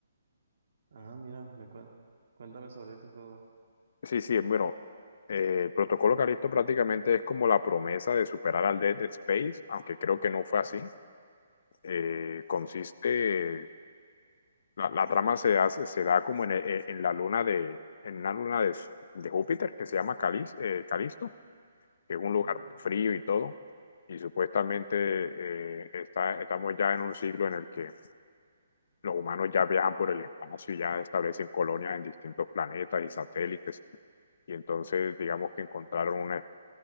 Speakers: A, on the right; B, on the left.
A: Ah, mira, me cuen- cuéntame sobre ese juego.
B: Sí, sí, bueno, eh, el protocolo Calisto prácticamente es como la promesa de superar al Dead Space, aunque creo que no fue así. Eh, consiste, la, la trama se, hace- se da como en, e- en la luna de, en una luna de, de Júpiter que se llama Calis, eh, Calisto, que es un
A: Ujú,
B: lugar muy frío y todo. Y supuestamente eh, está, estamos ya en un siglo en el que los humanos ya viajan por el espacio y ya establecen colonias en distintos planetas y satélites. Y entonces, digamos que encontraron una